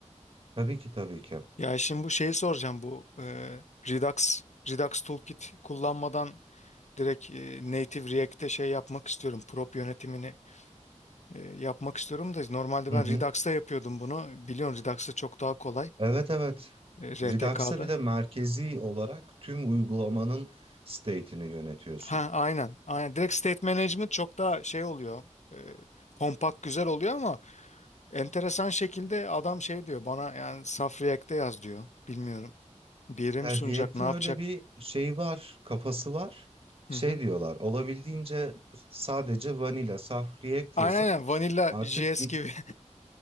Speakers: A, on the right (about 50°); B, on the left (about 65°).
A: tabii ki tabii ki.
B: Ya şimdi bu şeyi soracağım bu e, Redux Redux Toolkit kullanmadan direkt e, Native React'te şey yapmak istiyorum. Prop yönetimini e, yapmak istiyorum da normalde
A: Hı
B: ben
A: hı.
B: Redux'ta yapıyordum bunu. Biliyorsun Redux'ta çok daha kolay.
A: Evet evet.
B: E, RTK'da.
A: Redux'a bir de merkezi olarak tüm uygulamanın state'ini yönetiyorsun.
B: Ha aynen. Aynen. Direkt State Management çok daha şey oluyor. E, kompakt güzel oluyor ama Enteresan şekilde adam şey diyor bana yani saf React'te yaz diyor. Bilmiyorum. Bir yere
A: Ya
B: mi sunacak
A: React'in
B: ne yapacak?
A: öyle bir şeyi var, kafası var.
B: Hı
A: Şey
B: hı.
A: diyorlar, olabildiğince sadece vanilla, saf React
B: Aynen
A: yazın.
B: aynen Vanilla
A: Artık
B: JS
A: i-
B: gibi.